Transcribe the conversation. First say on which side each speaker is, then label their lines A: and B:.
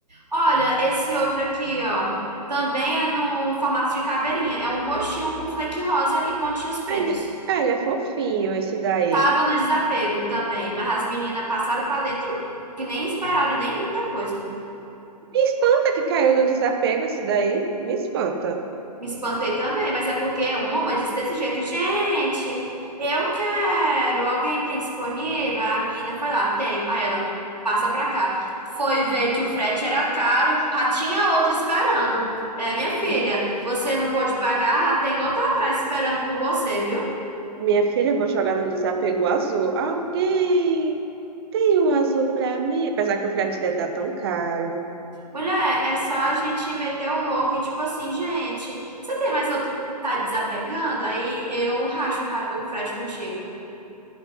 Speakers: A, on the right; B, on the right.
A: Olha, esse outro aqui, ó. Também é no formato de caveirinha. É um roxinho com flake rosa e pontinhos pretos.
B: Ah, ele, ah, ele é fofinho, esse daí.
A: Tava no desapego também, mas as meninas passaram pra dentro que nem esperaram nem muita coisa.
B: Me espanta que caiu no desapego esse daí. Me espanta.
A: Me espantei também, mas é porque uma disse desse jeito, gente, eu quero, alguém tem disponível? A menina foi lá, tenho. Aí ela, passa pra cá. Foi ver que o frete era caro, já tinha outra esperando. É, minha filha,
B: M-
A: você não pôde pagar, já tem outra atrás esperando por você, viu?
B: Minha filha, eu vou jogar no desapego azul. Alguém tem um azul pra mim? Apesar que o frete deve estar tão caro.
A: Mulher, é só a gente meter o louco e tipo assim, gente, você tem mais outro que tá desapegando? Aí eu racho o ra- o frete contigo.